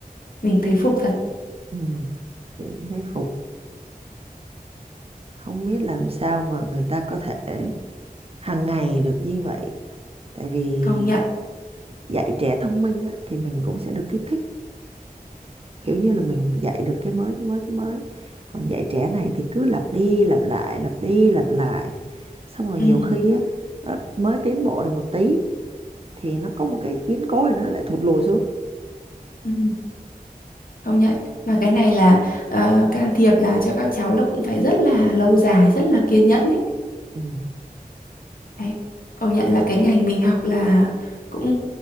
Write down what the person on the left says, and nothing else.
Mình thấy phục thật,
công nhận.
Ừ.
Ừ. công nhận mà cái này là ờ, can thiệp là cho các cháu là cũng phải rất là lâu dài rất là kiên nhẫn ấy
đấy. công nhận là cái ngành mình học là cũng